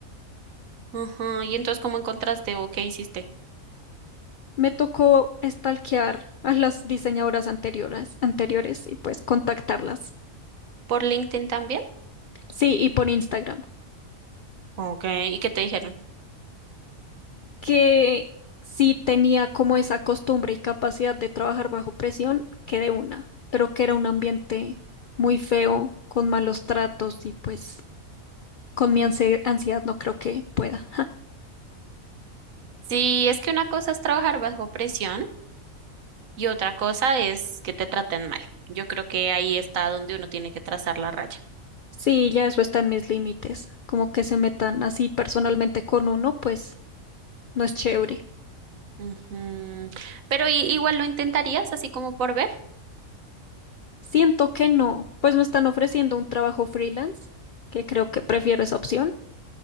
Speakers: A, on the right; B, on the left.
A: Ajá. ¿Y entonces cómo encontraste o qué hiciste?
B: Me tocó stalkear a las diseñadoras anteriores, anteriores y pues contactarlas.
A: ¿Por LinkedIn también?
B: Sí, y por Instagram,
A: Ok, ¿y qué te dijeron?
B: que sí tenía como esa costumbre y capacidad de trabajar bajo presión, que de una, pero que era un ambiente muy feo, con malos tratos y pues con mi ansie- ansiedad no creo que pueda.
A: Sí, es que una cosa es trabajar bajo presión y otra cosa es que te traten mal. Yo creo que ahí está donde uno tiene que trazar la raya.
B: Sí, ya eso está en mis límites. Como que se metan así personalmente con uno, pues no es chévere.
A: Ujú. Pero i- igual lo intentarías así como por ver.
B: Siento que no, pues me están ofreciendo un trabajo freelance, que creo que prefiero esa opción,